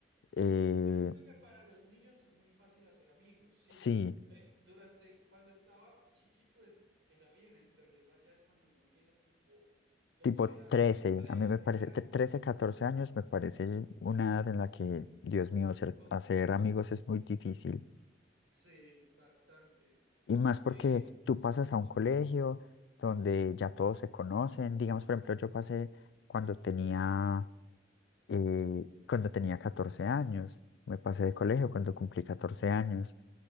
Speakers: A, on the left; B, on the right.
A: Eh,
B: Yo siento que para los niños es muy fácil hacer amigos, sí.
A: sí,
B: Eh, durante cuando estaba chiquito es, era bien, el problema ya es cuando uno tiene tipo 12
A: tipo
B: años,
A: 13
B: trece
A: a mí me parece,
B: años,
A: tre- 13, 14 años me parece una edad en la que, Dios mío, ser-
B: con-
A: hacer amigos es muy difícil.
B: sí, bastante.
A: Y más porque
B: Eh,
A: tú pasas a un colegio donde ya todos se conocen. Digamos, por ejemplo, yo pasé cuando tenía... Y cuando tenía 14 años, me pasé
B: ajá,
A: de colegio cuando cumplí 14 años.